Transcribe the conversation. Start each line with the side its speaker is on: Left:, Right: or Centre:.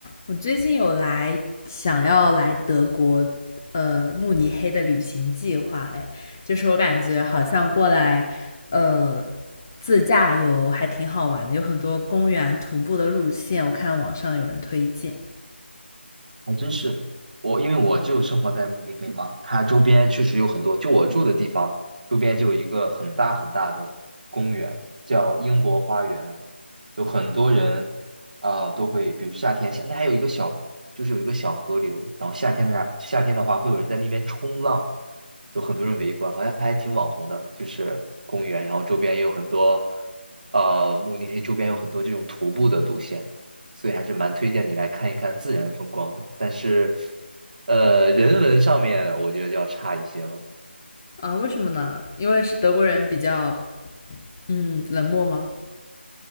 Left: 我最近有来想要来德国，呃，慕尼黑的旅行计划，哎，就是我感觉好像过来，呃，自驾游还挺好玩的，有很多公园徒步的路线，我看网上有人推荐。
Right: 还真是，我因为我就生活在慕尼黑嘛，它周边确实有很多，就我住的地方周边就有一个很大很大的公园，叫英国花园，有很多人啊、呃都会，比如夏天，夏那还有一个小，就是有一个小河流，然后夏天的话夏天的话会有人在那边冲浪，有很多人围观，好像还挺网红的，就是公园，然后周边也有很多，呃，慕尼黑周边有很多这种徒步的路线。所以还是蛮推荐你来看一看自然风光的。但是，呃，人文上面我觉得就要差一些了。
Left: 啊，为什么呢？因为是德国人比较，嗯，冷漠吗？